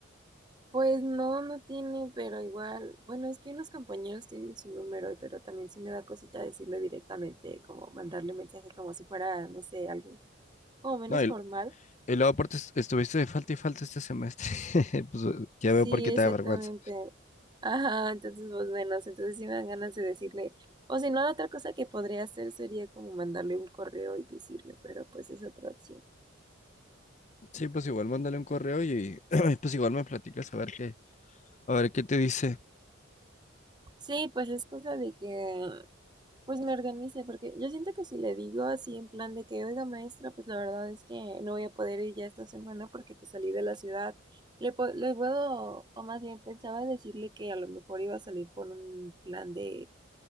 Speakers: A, on the right; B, on the left.
A: Pues no, no tiene, pero igual, bueno, es que unos compañeros tienen su número, pero también sí me da cosita decirlo directamente, como mandarle mensaje como si fuera, no sé, algo como menos
B: No, y,
A: formal.
B: y luego aparte es- estuviste de falta y falta este semestre. <laughs> Pues ya
A: Sí,
B: veo por qué
A: exactamente.
B: te da vergüenza.
A: Ajá, entonces vos menos, entonces sí me dan ganas de decirle, o si no, la otra cosa que podría hacer sería como mandarle un correo y decirle, pero pues es otra opción.
B: Sí, pues igual mándale un correo y <clears throat> pues igual me platicas a ver qué, A ver, ¿qué te dice?
A: Sí, pues es cosa de que Pues me organice, porque yo siento que si le digo así en plan de que, oiga maestra, pues la verdad es que no voy a poder ir ya esta semana porque pues salí de la ciudad, le, po- le puedo, o más bien pensaba decirle que a lo mejor iba a salir por un plan de,